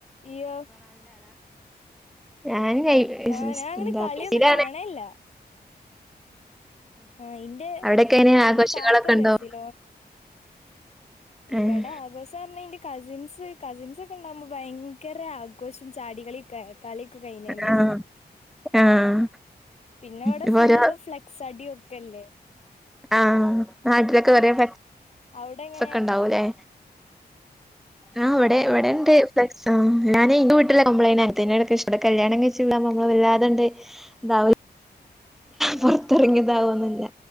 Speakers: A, on the left; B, in the centre.
A: ഇയ്യോ
B: ഞാൻ നെയ്
A: അത് ആ ഞാന്
B: എന്താ
A: കളിയൊന്നും
B: ബ്രസീലാണ്
A: കാണേല്ല ആഹ് ഇന്റേ
B: അവിടെക്കെ എങ്ങനെ ആഘോഷങ്ങളൊക്കെ
A: ഇന്റ കാക്ക ബ്രസീല
B: ഉണ്ടോ
A: ഓൻ ഇവടെ
B: ഏഹ്
A: ആഘോസാർന്ന ഇന്റെ കസിൻ സ് കസിൻസൊക്കെണ്ടാവുമ്പൊ ഭയങ്കരാഘോഷും ചാടികളിം കെ കളിയൊകെ കഴിഞ്ഞേന്റേഷം.
B: ആഹ് ആഹ്
A: പിന്നെവടെ
B: ഇപ്പൊ
A: ഫുള്ള്
B: ഓരോ
A: ഫ്ലക്സടിയും ക്കെല്ലേ
B: ആഹ് നാട്ടിലൊകെ ഒരേ ഫ്ല
A: അവിടെ എങ്ങനെ
B: സൊക്കെണ്ടാവുലേ ആഹ് ഇവടെ ഇവടെ ണ്ട് ഫ്ളക്സും ഞാന് ഇന്റെ വീട്ടിലാവുമ്പളേനി അങ്ങൻതെയ്നോടൊണ് ഇഷ് ഇബടെ കല്യാണം കഴിച്ച വീടാവുമ്പൊ നമ്മള് വല്ലാതണ്ട് ദാവൂല പൊറത്തിറങ്ങിയ ദാവൊന്നുല്ല.